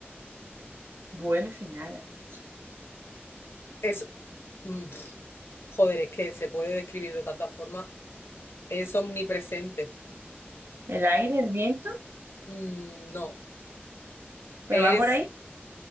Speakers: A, on the right; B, on the left.
A: Vuelo sin alas.
B: es, mm, pf, joder, es que se puede describir de tanta forma. Es omnipresente.
A: El aire, el viento,
B: Mm, no,
A: pero
B: es,
A: va por ahí,